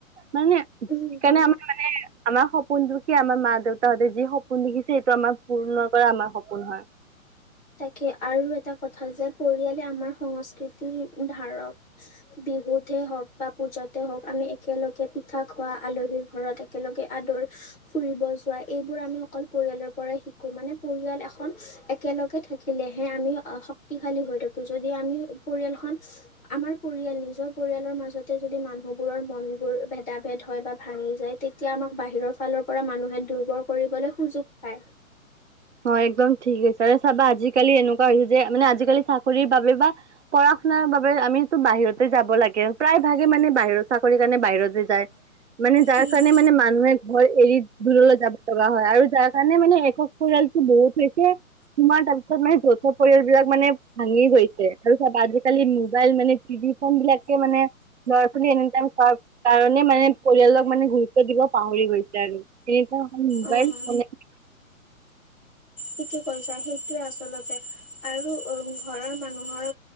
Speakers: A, on the right; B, in the centre.
A: মানে
B: উম
A: সেইকাৰণে
B: হয়
A: আমাৰ মানে আমাৰ সপোনটো কি আমাৰ মা দেউতাহঁতে যি সপোন দেখিছে, এইটো আমাৰ পূৰ্ণ কৰা আমাৰ সপোন হয়।
B: তাকে আৰু এটা কথা যে পৰিয়ালে আমাৰ সংস্কৃতিৰ ধাৰক। বিহুতে হওঁক বা পূজাতে হওঁক, আমি একেলগে পিঠা খোৱা আলহীৰ ঘৰত একেলগে আদৰ ফুৰিব যোৱা, এইবোৰ আমি অকল পৰিয়ালৰ পৰাই শিকো। মানে পৰিয়াল এখন একেলগে থাকিলেহে আমি শক্তিশালী হৈ থাকোঁ। যদি আমি পৰিয়ালখন আমাৰ পৰিয়াল নিজৰ পৰিয়ালৰ মাজতে যদি মানুহবোৰৰ মন বোৰ ভেদা ভেদ হয়, বা ভাঙি যায় তেতিয়া এতিয়া আমাক বাহিৰৰ ফালৰ পৰা মানুহে দুৰ্বৰ কৰিবলৈ সুযোগ পায়।
A: হয় একদম ঠিক কৈছা। চাবা আজিকালি এনেকুৱা হৈছে যে, মানে আজিকালি চাকৰিৰ বাবে বা পঢ়া শুনাৰ বাবে আমিতো বাহিৰতে যাব লাগে। প্ৰায় ভাগে মানে বাহিৰৰ চাকৰিৰ কাৰণে বাহিৰতে যায়। মানে যাৰ
B: উম,
A: কাৰণে মানে মানুহে ঘৰ এৰি দূৰলৈ যাব লগা হয় আৰু যাৰ কাৰণে মানে একো <unintelligible> বহুত হৈছে। তোমাৰ তাৰপিছত মানে, যৌথ পৰিয়াল বিলাক মানে ভাঙিয়ে গৈছে। আৰু চব আজিকালি মোবাইল মানে টিভি ফন বিলাকে মানে ল'ৰা ছোৱালী এনি টাইম খোৱাৰ কাৰণে মানে, পৰিয়ালক মানে, গুৰুত্ব দিব পাহৰি গৈছে আৰু <unintelligible> ম'বাইল
B: অ'।
A: <unintelligible>
B: কি কি কৰিছা সেইটোৱেই আচলতে আৰু উ ঘৰৰ মানুহৰ